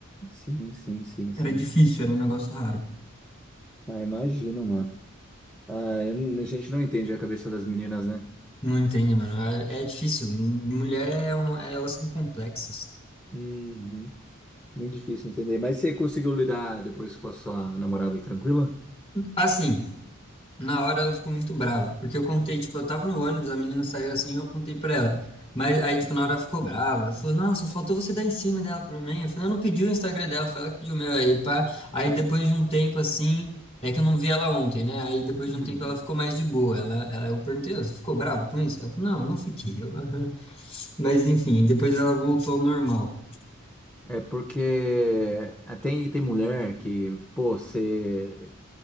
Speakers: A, in the centre; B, on the left.
A: Sim, sim, sim,
B: Era
A: sim.
B: difícil, era um negócio raro.
A: Ah, imagino, mano. Ah, eu- a gente não entende a cabeça das meninas, né?
B: Não entende, mano. É, é difícil. Mulher é um, elas são complexas.
A: Uhum. Muito difícil entender. Mas você conseguiu lidar depois com a sua namorada tranquila?
B: Assim, Na hora ela ficou muito brava, porque eu contei, tipo, eu tava no ônibus, a menina saiu assim, eu contei pra ela. Mas aí, tipo,
A: Uhum.
B: na hora ela ficou brava. Ela falou, nossa, faltou você dar em cima dela pra mim. Eu falei, eu não pedi o Instagram dela, foi ela que pediu o meu. Aí, pá. Aí depois de um tempo assim, é que eu não vi ela ontem, né? Aí depois
A: Uhum.
B: de um tempo ela ficou mais de boa. Ela, ela, eu perguntei, você ficou brava com isso? Ela falou, não, não fiquei. Eu, "Aham." Mas enfim, depois ela voltou ao normal.
A: É porque ah, tem, tem mulher que, pô, você.